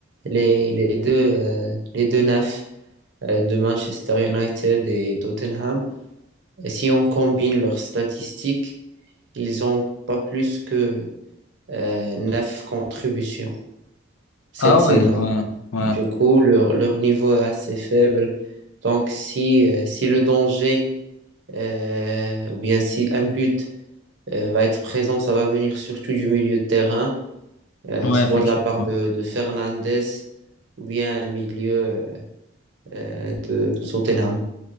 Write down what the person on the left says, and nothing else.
Ah
ouais, ouais, ouais,
ouais,
effectivement.